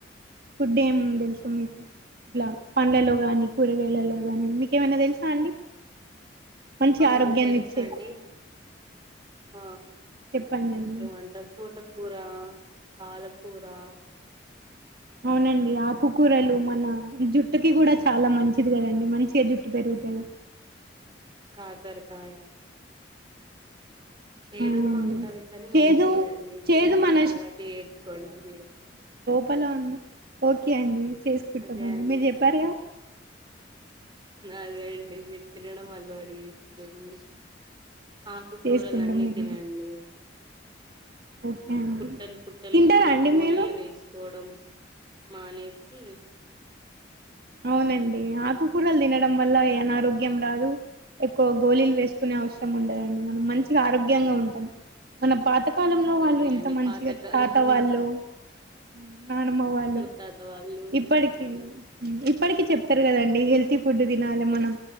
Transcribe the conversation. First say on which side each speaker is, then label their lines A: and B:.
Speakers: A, on the right; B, on the right.
A: ఫుడ్ ఏం తెలుసు మీకు ఇట్లా పండ్లలో కానీ కూరగాయలలో కానీ మీకేమైనా తెలుసా అండి మంచి
B: ఆ
A: ఆరోగ్యాన్ని
B: తెలుసండి
A: ఇచ్చే
B: ఆ
A: చెప్పండి అండి
B: ఏ మంటరు తోటకూరా పాలకూరా
A: అవునండి ఆకుకూరలు మన జుట్టుకి ఇకి కూడా చాలా మంచిది కదండి మంచిగా జు పెరుగుతోను
B: కాకర కాయా చేదు
A: అవునండి
B: గా ఉంటది కానీ
A: చేదు
B: మంచిదండి
A: చేదు
B: తినడం
A: మన
B: అలవాటు చేసుకోండి మీరు
A: ప ఓకే <unintelligible> అండి చేసుకుంటామండి
B: అదే అండి
A: మీరు చెప్పారుగా
B: అదే అండి మీరు తినడం అలవాటు చేసుకోండి ఆకుకూరలు
A: చేసుకుంటాం
B: అన్నీ
A: మేము
B: తినండి
A: ఓకే అండి
B: పుట్టలు పుట్టలు
A: తింటారా అండి
B: గోలీలు
A: మీరు
B: వేసుకోవడం మానేసి
A: అవునండి ఆకుకూరలు తినడం వల్ల ఏ అనారోగ్యం రాదు ఎక్కువ గోళీలు వేసుకునే అవసరం ఉండదండి మనం మంచిగా ఆరోగ్యంగా ఉంటాం మన పాతకాలంలో వాళ్ళు
B: అదే
A: ఎంత
B: అండి
A: మంచిగా
B: పాతకాలంలో
A: తాతవాళ్ళు హ నానమ్మ వాళ్ళు
B: ముత్తాత వాళ్ళు
A: ఇప్పటికి ఇప్పటికి చెప్తారు కదండి హెల్తీ ఫుడ్ తినాలి మనం